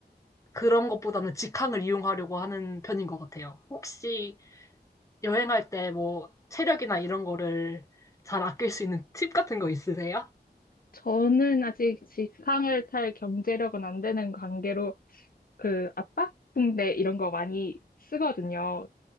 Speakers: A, on the left; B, on the left.
A: 그런 것보다는 직항을 이용하려고 하는 편인 것 같아요. 혹시 여행할 때 뭐 체력이나 이런 거를 잘 아낄 수 있는 팁 같은 거 있으세요?
B: 저는 아직 직항을 탈 경제력은 안 되는 관계로 그 압박붕대 이런 거 많이 쓰거든요.